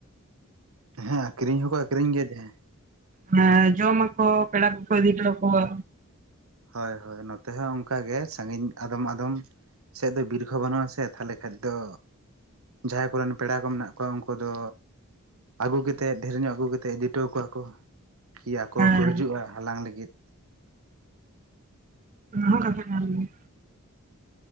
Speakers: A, on the right (about 75°); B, on the right (about 35°).
A: ᱦᱮᱸ ᱟᱠᱷᱨᱤᱧ ᱦᱚᱸᱠᱚ ᱟᱠᱷᱨᱤᱧ ᱜᱮᱭᱟ ᱡᱮᱸ
B: ᱦᱮᱸ ᱡᱚᱢ ᱟᱠᱚ ᱯᱮᱲᱟ ᱠᱚᱠᱚ ᱤᱫᱤ ᱦᱚᱴᱚ ᱟᱠᱚᱣᱟ᱾
A: ᱦᱚᱭ ᱦᱚᱭ ᱱᱚᱛᱮ ᱦᱚᱸ ᱚᱱᱠᱟ ᱜᱮ ᱥᱟᱺᱜᱤᱧ ᱟᱫᱚᱢ ᱟᱫᱚᱢ ᱥᱮᱫ ᱫᱚ ᱵᱤᱨ ᱠᱚ ᱵᱟᱹᱱᱩᱜ ᱟᱥᱮ ᱛᱟᱦᱚᱞᱮ ᱠᱷᱟᱡ ᱫᱚ ᱡᱟᱦᱟᱸᱭ ᱠᱚᱨᱮᱱ ᱯᱮᱲᱟ ᱠᱚ ᱢᱮᱱᱟᱜ ᱠᱚᱣᱟ ᱩᱱᱠᱩ ᱫᱚ ᱟᱹᱜᱩ ᱠᱟᱛᱮᱫ ᱰᱷᱮᱨ ᱧᱚᱜ ᱟᱹᱜᱩᱛᱮᱫ ᱤᱫᱤ ᱦᱚᱴᱚ ᱟᱠᱚᱣᱟ ᱠᱚ ᱠᱤ ᱟᱠᱚ
B: ᱦᱮᱸ
A: ᱦᱚᱸᱠᱚ ᱦᱤᱡᱩᱜᱼᱟ ᱦᱟᱞᱟᱝ ᱞᱟᱹᱜᱤᱫ
B: ᱚᱱᱟ ᱦᱚ ᱠᱟᱛᱷᱟ ᱠᱟᱱ ᱜᱮᱭᱟ